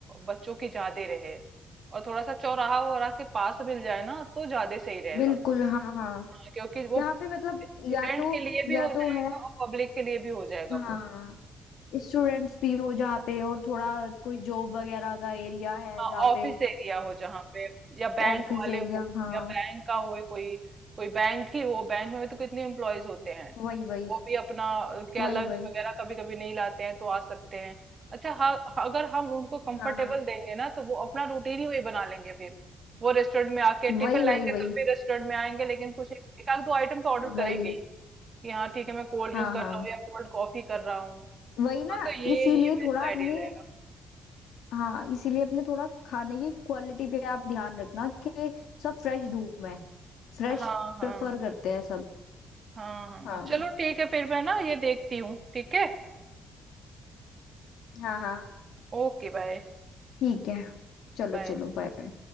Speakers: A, on the right; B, on the left.
A: बच्चों की ज्यादा रहे और थोड़ा सा चौराहा वगैरह के पास मिल जाए ना तो ज्यादा सही रहेगा
B: बिल्कुल हाँ हाँ
A: हाँ, क्योंकि वो
B: यहाँ पे मतलब
A: स्टूडेंट
B: या तो
A: के लिए भी
B: या
A: हो जाएगा
B: तो है
A: और पब्लिक के लिए भी हो जाएगा
B: हाँ
A: वो
B: स्टूडेंट्स भी हो जहाँ पे और थोड़ा कोई जॉब वगैरह का एरिया है
A: हाँ
B: जहाँ
A: ऑफिस
B: पे
A: एरिया हो जहाँ पे या बैंक
B: ऑफिस
A: वाले
B: एरिया
A: हो
B: हाँ
A: या बैंक का हो कोई कोई बैंक ही हो बैंक में भी तो कितने एम्प्लॉयज होते हैं
B: वही वही
A: वो भी अपना अ, क्या
B: वही
A: लंच
B: वही
A: वगैरह कभी कभी नहीं लाते हैं तो आ सकते हैं अच्छा हाँ हाँ, अगर हम उनको कंफर्टेबल
B: हाँ हाँ
A: देंगे ना तो वो अपना रूटीन ही वही बना लेंगे फिर वो रेस्टोरेंट में आके टिफिन
B: वही वही
A: लाएंगे
B: वही
A: तब भी रेस्टोरेंट में आएंगे लेकिन कुछ एक एक आध दो आइटम तो ऑर्डर करेंगे
B: वही
A: ही कि हाँ ठीक है मैं कोल्ड
B: हाँ
A: ड्रिंक कर
B: हाँ
A: रहा हूँ या कोल्ड कॉफी कर रहा हूँ
B: वही ना
A: हाँ तो ये
B: इसीलिए
A: ये बेस्ट
B: थोड़ा
A: आइडिया
B: अपने
A: रहेगा
B: हाँ इसीलिए अपने थोड़ा खाने की क्वालिटी पे आप ध्यान रखना कि सब फ्रेश दूं मैं फ्रेश
A: हाँ हाँ
B: प्रेफर करते हैं सब
A: हाँ हाँ
B: हाँ
A: चलो ठीक है फिर मैं ना ये देखती हूँ ठीक है
B: हाँ हाँ
A: Okay bye
B: ठीक है चलो
A: बाय
B: चलो बाय बाय